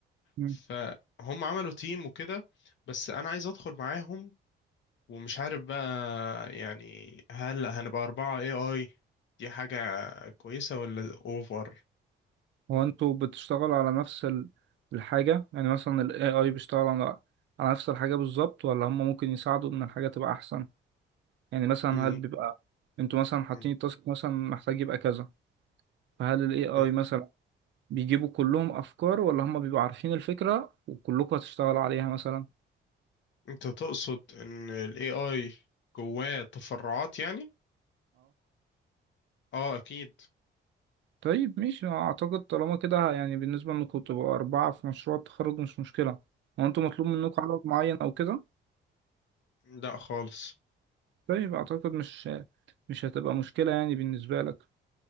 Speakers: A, on the right; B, on the left.
A: مم.
B: فهم عملوا تيم وكده بس انا عايز ادخل معاهم ومش عارف بقى يعني هل هنبقى أربعة اي اي دي حاجة كويسة ولا اوفر
A: هو انتوا بتشتغلوا على نفس ال- الحاجة يعني مثلا ال AI بيشتغل على على نفس الحاجة بالظبط ولا هم ممكن يساعدوا ان الحاجة تبقى احسن؟ يعني مثلا
B: م-
A: هل بيبقى انتوا مثلا حاطين
B: م-
A: التاسك مثلا محتاج يبقى كذا فهل ال AI
B: م.
A: مثلا بيجيبوا كلهم افكار ولا هم بيبقوا عارفين الفكرة وكلكم هتشتغلوا عليها مثلا؟
B: انت تقصد ان الاي اي جواه تفرعات يعني اه اكيد
A: طيب ماشي أنا اعتقد طالما كده يعني بالنسبة انكم تبقوا اربعة في مشروع التخرج مش مشكلة هو انتوا مطلوب منكم عدد معين او كده
B: لا خالص
A: طيب اعتقد مش مش هتبقى مشكلة يعني بالنسبة لك